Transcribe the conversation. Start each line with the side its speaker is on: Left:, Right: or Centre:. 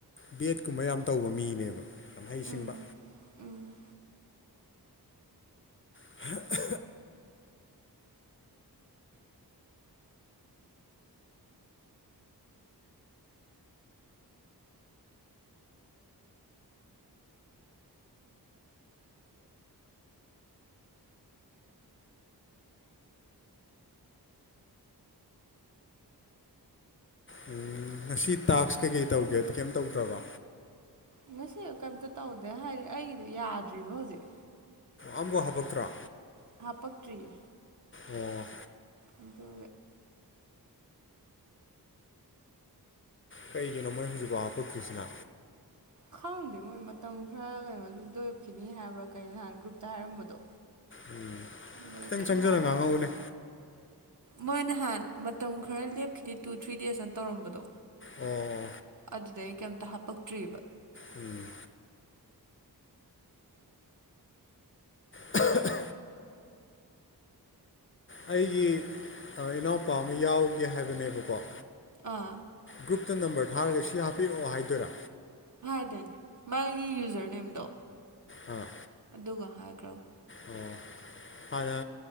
Left: ꯕꯦꯠꯀꯨꯝꯕ ꯌꯥꯝ ꯇꯧꯕ ꯃꯤꯅꯦꯕ ꯌꯥꯝ ꯍꯩꯁꯤꯡꯕ
Right: ꯎꯝ ꯎꯝ
Left: ꯍ ꯎꯝ ꯉꯁꯤ ꯇꯥꯛꯁ ꯀꯩꯀꯩ ꯇꯧꯒꯦ ꯀꯩꯝ ꯇꯧꯗ꯭ꯔꯕ
Right: ꯉꯁꯤ ꯀꯩꯝꯇ ꯇꯧꯗꯦ ꯍꯥꯏꯗꯤ ꯑꯩꯒꯤꯗꯨꯣ ꯌꯥꯗ꯭ꯔꯤꯕ ꯍꯧꯖꯤꯛ
Left: ꯑꯕꯨ ꯍꯥꯞꯄꯛꯇ꯭ꯔꯣ
Right: ꯍꯥꯄꯛ ꯇ꯭ꯔꯤꯌꯦ
Left: ꯑꯣ
Right: ꯑꯗꯨ
Left: ꯀꯩꯒꯤꯅꯣ ꯃꯣꯏ ꯍꯧꯖꯤꯛꯐꯥꯎꯕ ꯐꯠꯀꯤꯁꯤꯅ
Right: ꯈꯪꯗꯦ ꯃꯣꯏ ꯃꯇꯝ ꯈꯔ ꯀꯩꯅꯣꯗꯨ ꯂꯣꯏꯞꯈꯤꯅꯤ ꯍꯥꯏꯕ꯭ꯔꯥ ꯀꯩꯅꯣ ꯅꯍꯥꯟ ꯒ꯭ꯔꯨꯞꯇ ꯍꯥꯏꯔꯝꯕꯗꯣ
Left: ꯎꯝ
Right: ꯑꯗꯩ
Left: ꯈꯤꯇꯪ
Right: ꯀꯩꯝ
Left: ꯆꯪꯖꯔꯒ
Right: ꯍꯥꯏꯔꯛꯇ꯭ꯔꯦ
Left: ꯉꯥꯡ ꯉꯧꯕꯅꯦꯥ
Right: ꯃꯣꯏ ꯅꯍꯥꯟ ꯃꯇꯝ ꯈꯔ ꯂꯦꯞꯈꯤꯗꯦ ꯇꯨ ꯊ꯭ꯔꯤ ꯗꯦꯖꯅ ꯇꯧꯔꯝꯕꯗꯣ
Left: ꯑꯣ
Right: ꯑꯗꯨꯗꯩ ꯀꯩꯝꯇ ꯍꯥꯞꯄꯛꯇ꯭ꯑꯔꯤꯕ
Left: ꯎꯝ ꯎꯝ ꯎ ꯑꯩꯒꯤ ꯏꯅꯥꯎꯄꯥ ꯑꯃ ꯌꯥꯎꯒꯦ ꯍꯥꯏꯕꯅꯦꯕꯀꯣ
Right: ꯑꯥ
Left: ꯒ꯭ꯔꯨꯞꯇ ꯅꯝꯕꯔ ꯊꯥꯔꯒ ꯁꯤ ꯍꯥꯞꯄꯤꯔꯛꯑꯣ ꯍꯥꯏꯗꯨꯔꯥ
Right: ꯍꯥꯏꯗꯅꯦ ꯃꯥꯒꯤ ꯌꯨꯖꯔ ꯅꯦꯝꯗꯣ
Left: ꯎꯝ
Right: ꯑꯗꯨꯒ ꯍꯥꯏꯈ꯭ꯔꯕ
Left: ꯑꯣ ꯍꯥꯟꯅ